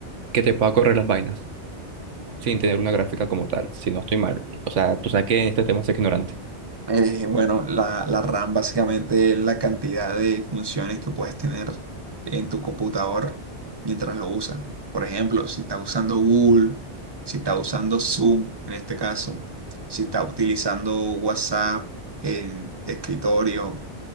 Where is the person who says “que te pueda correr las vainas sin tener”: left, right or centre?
Right